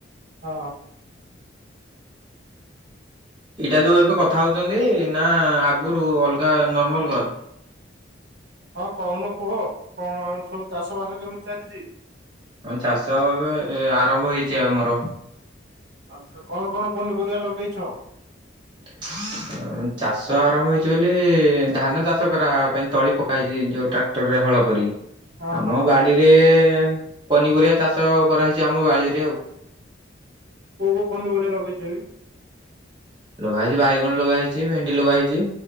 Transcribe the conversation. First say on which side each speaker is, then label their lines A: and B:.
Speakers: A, on the right; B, on the right.
A: ହଁ।
B: ଏଇଟା ଯୋଉ ଏବେ କଥା ହଉଛନ୍ତି ନା ଆଗରୁ ଅଲଗା ନର୍ମାଲ କଲ୍
A: ହଁ କହୁନ କୁହ କଣ ଆଉ ସବୁ ଚାଷବାସ କେମିତି ଚାଲିଛି?
B: ହଁ ଚାଷ ଏବେ ଆରମ୍ଭ ହେଇଛି ଆମର।
A: ଆଚ୍ଛା, କଣ କଣ ପନିପରିବା ଲଗେଇଛ?
B: <unintelligible> ଚାଷ ଆରମ୍ଭ ହେଇଛି ବୋଲି ଧାନ ଚାଷ କରାହବା ପାଇଁ ତଳି ପକା ହେଇଛି ଯୋଉ ଟ୍ରାକ୍ ଟ୍ରାକ୍ଟରରେ ହଳ କରି
A: ହଁ
B: ଆମ
A: ହଁ ହଁ
B: ବାଡିରେ ପନିପରିବା ଚାଷ କରାହେଇଛି ଆମ ବାଡିରେ ଆଉ।
A: କୋଉ କୋଉ ପନିପରିବା ଲଗେଇଛ କି?
B: ଲଗା ହେଇଛି ବାଇଗଣ ଲଗା ହେଇଛି ଭେଣ୍ଡି ଲଗା ହେଇଛି